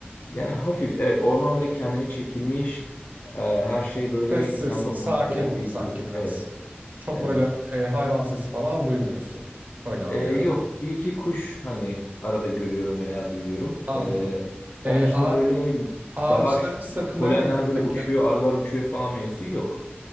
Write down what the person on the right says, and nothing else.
Sessiz,
sakin
sanki
biraz.
Çok
böyle e, hayvan sesi falan duymuyorsun. Öyle anlıyorum.
Anladım.
E,
a-
ağaçların
sıklığı
nedir
peki?